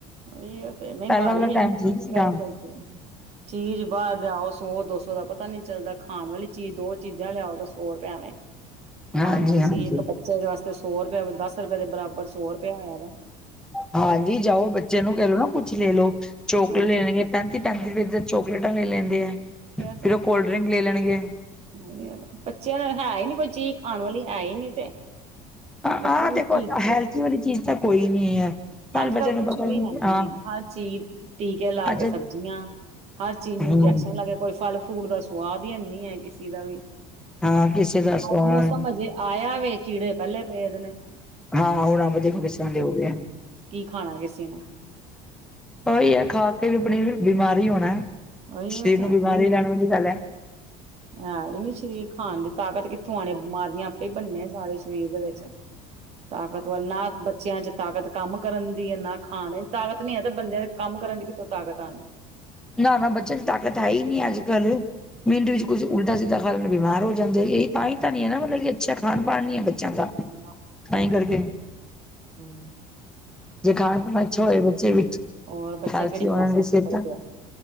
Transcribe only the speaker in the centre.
ਪੈਲਾਂ ਵਾਲਾ
ਟਾਈਮ ਠੀਕ
ਸੀ
ਗਾਂ।
<inaudible>
ਹਾਂਜੀ
ਹਾਂਜੀ, ਜਾਓ ਬੱਚੇ ਨੂੰ ਕੈ ਲਓ ਨਾ, ਕੁੱਛ ਲੇ ਲੋ ਚੋਕਲੇਟ
ਲੇਣਗੇ ਪੈਂਤੀ-ਪੈਂਤੀ ਰੁਪਏ ਦੀ ਚੋਕਲੇਟਾਂ ਲੇ ਲੈਂਦੇ ਐ।
ਕੋਲਡ ਡਿ੍ੰਗ ਲੇ ਲਣਗੇ।
ਹਾਂ
ਆਹ
ਦੇਖੋ
ਹੈਲਥੀ ਵਾਲੀ ਚੀਜ਼ ਤਾਂ ਕੋਈ ਨੀ ਹੈ। ਸਾਰੇ
ਬੱਚਿਆਂ ਨੂੰ
ਪਤਾ ਹੀ
ਨਹੀਂ
ਹਾਂ
ਅੱਛਾ
ਹੂੰ
ਹਾਂ ਕਿਸੇ ਦਾ ਸਵਾਦ
ਹਾਂ, ਹੋਰ ਅੰਬ ਦੇ ਵੇਸਣ ਦੇ ਹੋ ਗਏ।
ਉਈ ਐ, ਖਾ ਕੇ ਵੀ ਆਪਣੀ ਬਿਮਾਰ ਈ ਹੋਣਾ,
ਸਰੀਰ
ਨੂੰ ਬਿਮਾਰੀ ਲੈਣ ਵਾਲੀ ਗੱਲ ਐ।
<inaudible>
ਨਾ-ਨਾ, ਬੱਚਿਆਂ ਚ ਤਾਕਤ ਹੈ ਈ ਨੀ ਅੱਜ-ਕੱਲ੍ਹ ਮਿੰਟ ਵਿੱਚ ਕੁਝ ਉਲਟਾ-ਸਿੱਧਾ ਖਾ ਲੈਣ, ਬਿਮਾਰ ਹੋ ਜਾਂਦੇ। ਏਈ ਤਾਈ ਤਾਂ ਨੀ ੲੈ ਨਾ, ਮਤਲਬ ਕਿ ਅੱਛਾ ਖਾਣ ਪਾਣ ਨਈ ਐ ਬੱਚਿਆਂ ਦਾ।
ਨਈ ਕਰਕੇ।
ਜੇ ਖਾਣਾ-ਪੀਣਾ ਅੱਛਾ ਹੋਏ ਬੱਚੇ ਵਿੱਚ,
ਅੱਛੀ
ਹੋਣ ਸੇਤਾ।